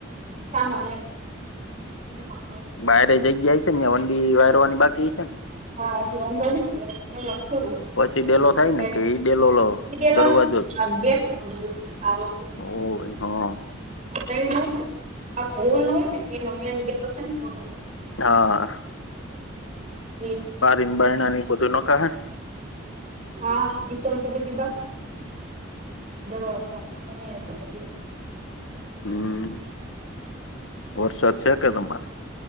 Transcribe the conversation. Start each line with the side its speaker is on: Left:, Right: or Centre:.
Right: સામાળ હા.
Left: વારે જગ્યા છે ને વંડી વાયરવાની બાકી છે ને.
Right: હા શનોન. એલો ખોડું
Left: પછી ડેલો થાય
Right: છે
Left: ને કે ઈ ડેલો લો
Right: ભધેલોનેેટ
Left: દરવાજો જ
Right: આવો.
Left: ઓ હા.
Right: ઉતાઈ ના હોય ને આ હોોલ હોય ને. એ મમનીલો છે ને મોટો
Left: હા
Right: હ
Left: િમબાણ બધું નખા હે.
Right: હા તવછ બ બાકી. દરવાજા છેછ.
Left: હમ વરસાદ છે કે તમારે.